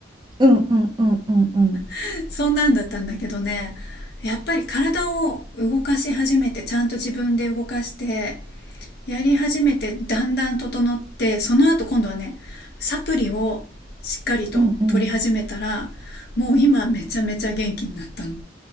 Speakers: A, on the right; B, on the left.
A: うんうんうんうんうん、
B: <laughs> そんなんだったんだけどね、やっぱり体を動かし始めて、ちゃんと自分で動かして、やり始めてだんだん整ってその後今度はねサプリをしっかりと取り始めたらもう今めちゃめちゃ元気になったの
A: うんうん。